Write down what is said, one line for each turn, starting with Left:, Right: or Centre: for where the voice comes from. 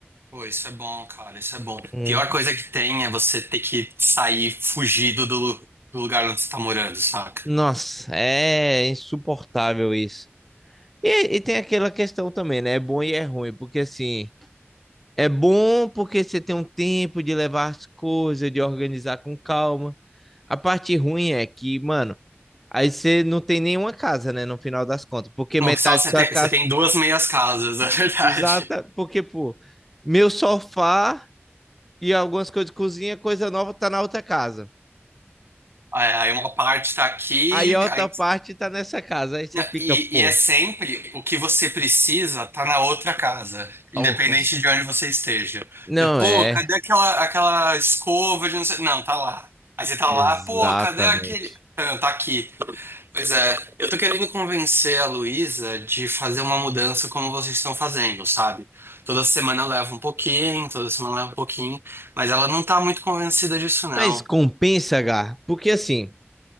Right: Pô, isso é bom, cara, isso é bom.
Centre: Hum,
Right: Pior coisa que tem é você ter que sair fugido do, do lugar onde você tá morando, saca?
Centre: Nossa, é insuportável isso. E, e tem aquela questão também, né? É bom e é ruim, porque assim. É bom porque você tem um tempo de levar as coisas, de organizar com calma. A parte ruim é que, mano, aí você não tem nenhuma casa, né, no final das contas, porque
Right: No
Centre: metade
Right: oficial você
Centre: da
Right: tem,
Centre: sua casa
Right: você tem duas meias casas, <laughs> na
Centre: <laughs>
Right: verdade.
Centre: Exata. porque, pô, meu sofá e algumas coisas de cozinha, coisa nova tá na outra casa.
Right: Aí aí uma parte tá aqui,
Centre: Aí a outra
Right: aí
Centre: parte tá nessa casa, aí você
Right: Não,
Centre: fica,
Right: E,
Centre: pô,
Right: e é sempre o que você precisa tá na outra casa, independente
Centre: ó, cons-
Right: de onde você esteja.
Centre: não
Right: E, pô,
Centre: é,
Right: cadê aquela, aquela escova de não sei... Não, tá lá. Aí você tá
Centre: exatamente.
Right: lá, pô, cadê aquele... Ah, Tá aqui. Pois é, eu tô querendo convencer a Luísa de fazer uma mudança como vocês estão fazendo, sabe? Toda semana eu levo um pouquinho, toda semana eu levo um pouquinho, mas ela não tá muito convencida disso, não.
Centre: Mas compensa, Gá, porque assim,